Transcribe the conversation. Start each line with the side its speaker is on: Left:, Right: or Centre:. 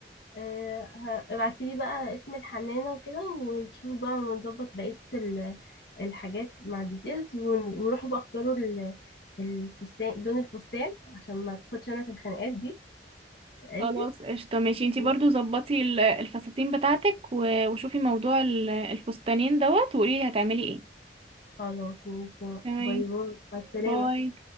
Left: آه، ابعتيلي بقى اسم الحنانة وكده ونشوف بقى ونظبط بقية ال- الحاجات مع الديتيلز ون- ونروحوا بقى اختاروا ال- الفستان لون الفستان عشان ما تاخدش انا في الخناقات دي ماشي
Right: خلاص قشطة ماشي انتي
Left: و-
Right: برضو ظبطي ال- الفساتين بتاعتك و- وشوفي موضوع ال- الفستانين دوت وقولي هتعملي ايه
Left: خلاص ماشي
Right: تمام
Left: باي باي مع السلامة
Right: باي